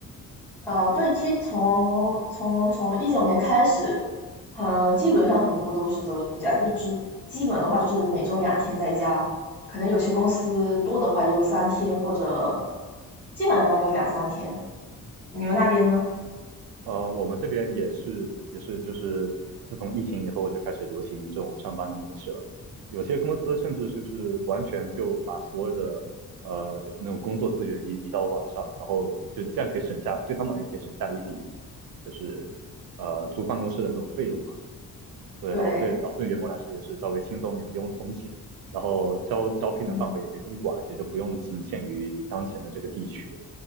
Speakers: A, in the centre; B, on the right.
A: 呃，对，其实从从从一九年开始，呃，基本上很多都是都这样，就只基本的话就是每周两天在家，可能有些公司多的话也有三天，或者基本上就两三天。你们那边呢？
B: 呃，我们这边也是也是就是自从疫情以后就开始流行这种上班的模式了。有些公司甚至就是完全就把所有的呃那种工作资源移移到网上，然后就这样可以省下，对他们而言可以省下一笔就是呃租办公室的那种费用嘛。对，
A: 对，
B: 然后对，然后对员工来说也是稍微轻松一点，不用通勤，然后招招聘的范围也可以更广一些，
A: 嗯。
B: 就不用仅限于你当前的这个地区，